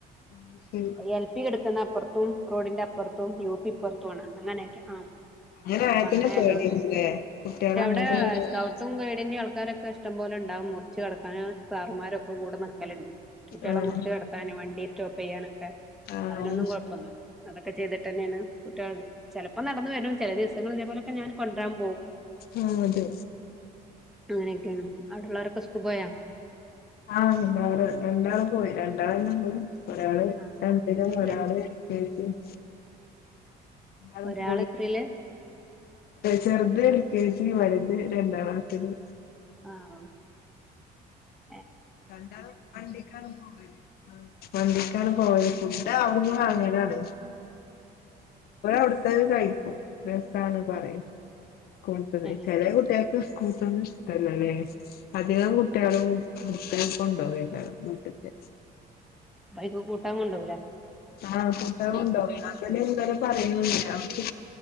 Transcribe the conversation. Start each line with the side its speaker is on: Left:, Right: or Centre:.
Left: ആഹ് ശരി
Centre: എൽ പി കിടുക്കുന്ന അപ്പുറത്തും റോഡിന്റെപ്പ ഇപ്പുറത്തും യു പി ഇപ്പുറത്തും ആണ് അങ്ങനെയായിട്ട് ആ
Left: അങ്ങനെ ആയ
Centre: അപ്പൊ
Left: പിന്നെ
Centre: അങ്ങനെയതണ്ട്
Left: പേടിയാണ്ല്ലേ കുട്ടികളെ
Centre: പക്ഷെ അവിടെ
Left: അങ്ങോട്ടും ഇങ്ങോട്ടും
Centre: സ്കൗട്ടും ഗൈഡിന്റെറെയും ആൾക്കാരൊക്കെ ഇഷ്ടംപലെ ഉണ്ട് മുറിച്ചു കടക്കാൻ സാർമാരൊക്കെ കൂടെ നിക്കലുണ്ട് കുട്ടികള
Left: ആഹ്
Centre: മുറച്ച് കടക്കാൻ വണ്ടി സ്റ്റോപ്പ് ചെയ്യാനൊക്കെ
Left: ആഹ്
Centre: അതിനൊന്നും
Left: ആഹ്
Centre: കുഴപ്പൊന്നുമില്ല
Left: ശരി.
Centre: അതൊക്കെ ചെയ്തിട്ട് തന്നെയാണ് കുട്ടികൾ ചിലപ്പോ നടന്ന വരും ചില ദിവസങ്ങള ഇതേപോലോക്കെ ഞാന് കൊണ്ടരാൻ പോവും
Left: ആഹ അതെ
Centre: അങ്ങനെയൊക്കെയാണ് അവിടെള്ളവരൊക്കെ സ്കൂൾ പോയാ
Left: ആ രണ്ടാള് പോയി രണ്ടാളള്ളോ ഒരാള്
Centre: ആഹ്
Left: രണ്ടില
Centre: എത്രയിൽ
Left: ഒരാള് കേജി മ് എന്ത
Centre: ഒരാള്
Left: പോയി
Centre: എത്രയില്
Left: ചെറുത കേി വരത് രണ്ടാം ക്ലാസില്
Centre: ആഹ ഓ
Left: അല്ലാ വണ്ടിക്കാണ് പോവത് വണ്ടിക്കാണ് പോയത് ഫുഡ് ആകുന്നു വാങ്ങലാണ് ഒടുത്തത് കഴിക്കും രസന്ന് പറയും
Centre: ആഹ്
Left: കടുത്തത്
Centre: ഏഹ്
Left: ചെല കുട്ടിയ സ്കൂത്തൊന്നും ഇഷ്ടല്ലല്ലേ അധികം കുട്ടികൾ
Centre: അതെ അതെ
Left: കടുത്ത കൊണ്ടുപോകല്ലായി എക്കെ
Centre: ബൈക്ക് കൂട്ടാ കൊണ്ടോലേ
Left: ആഹ കൂട്ടാൻ ഉണ്ടോ ഇാ തന്നെ ഇങ്ങെ പറയില്ല അവർക്ക്